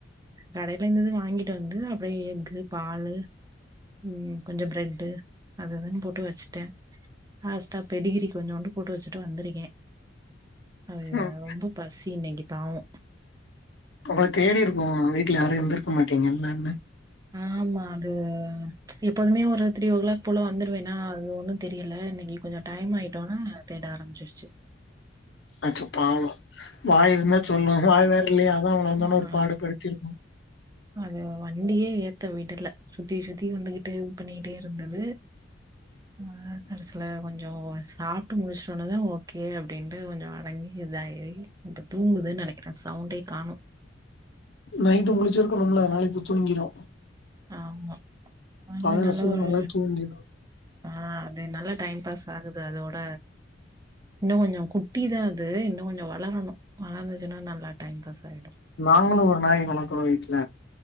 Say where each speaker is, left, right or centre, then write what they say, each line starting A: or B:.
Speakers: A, on the right; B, on the left.
A: கடையில இருந்து வாங்கி ட்டு வந்து அப்டியே எஃகு பால்லு ம் கொஞ்சோ பிரட்டு அது இதுன் போட்டு வச்சுட்டே லாஸ்ட்ட பெடிகிரி கொஞ்சுண்டு போட்டு வச்சுட்டு வந்திருக்கே அது
B: ம்.
A: ரொம்ப பசி இன்னைக்கி பாவு
B: உங்கள தேடி இருக்கு வீட்ல யாரு இருந்திருக்க மாட்டீங்கல்லனு
A: ஆமா அது எப்போதுமே ஒரு த்ரீ ஓ கிளாக் போல வந்துருவேன்னா அது ஒண்ணு தெரியல இன்னைக்கு கொஞ்சோ டைம் ஆயிட்டோம்னா தேட ஆரம்பிச்சிருச்சு
B: அச்சோ பாவோ வாய் இருந்தா
A: ஆ.
B: சொல்லு வாய் வேற இல்லயா அதா உங்கள வந்தோன்னா
A: ஆ
B: ஒரு பாடு படுத்திருக்கு
A: அது வண்டியே ஏத்த விடல சுத்தி சுத்தி வந்துகிட்டு இது பண்ணிட்டே இருந்தது ஆ கடைசில கொஞ்சோ வா சாப் தூங்கவெச்ட்டோனதா ஓகே அப்டின்ட்டு கொஞ்சோ அடங்கி இதாயி இப்போ தூங்குது நெனைக்கிற சவுண்டே காணோ
B: நைட்டு முடிச்சிருக்கணும்ல அதனால இப்ப தூங்கிடு
A: ஆமா அதுமெர்
B: பகல
A: நல்ல
B: ஃபுல்லா
A: ஒரு
B: நல்லா தூங்கிடு
A: ஆ அது நல்ல டைம் பாஸ் ஆகுது அதோட இன்னு கொஞ்சோ குட்டிதா அ து இன்ன கொஞ்சோ வளரணு வளந்துச்சுன்னா நல்லா டைம் பாஸ் ஆயிடு
B: நாங்களு ஒரு நாய் வளக்குறோ வீட்ல